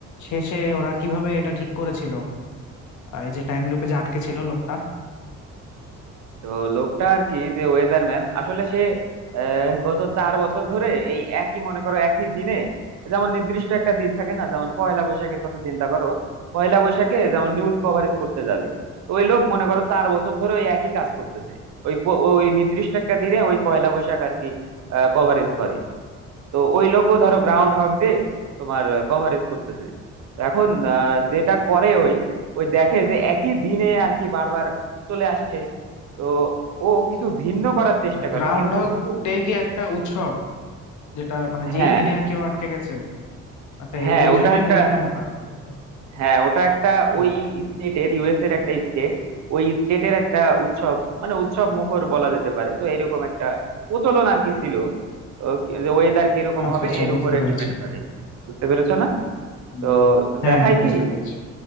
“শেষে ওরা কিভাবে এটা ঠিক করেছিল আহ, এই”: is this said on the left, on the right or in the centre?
Left